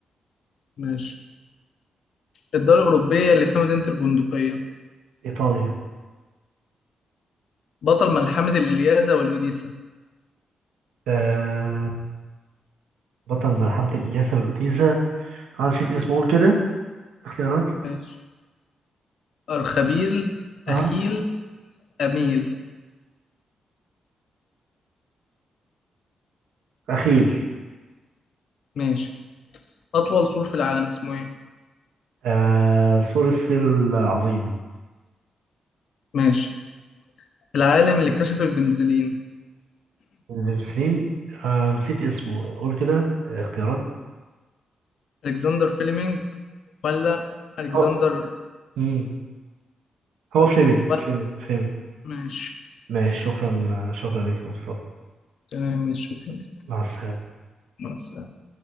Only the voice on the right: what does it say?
إيطاليا
آه. بطل ملحمة الإلياسة والأوتيسة أنا نسيت اسمه قول كده اختيارات
ها
أخيل
آه سور الصين العظيم
السليم آه نسيت اسمه قول كده اختيارات
هو مم. هو فليمنج
فليمنج فليمنج
ماشي شكرا شكرا لك يا مصطفى
مع السلامة